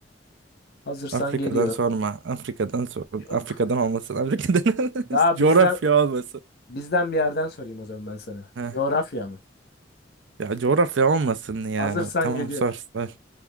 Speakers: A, on the left; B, on the right.
A: Hazırsan
B: Afrika'dan
A: geliyor.
B: sorma. Afrika'dan sor.
A: Yok.
B: Afrika'dan olmasın. Afrika'dan <laughs>
A: Daha
B: coğrafya
A: bizden
B: olmasın.
A: bizden bir yerden sorayım o zaman ben sana.
B: Heh.
A: Coğrafya mı?
B: Ya coğrafya olmasın ya.
A: Hazırsan
B: Tamam
A: geliyor.
B: sor sor.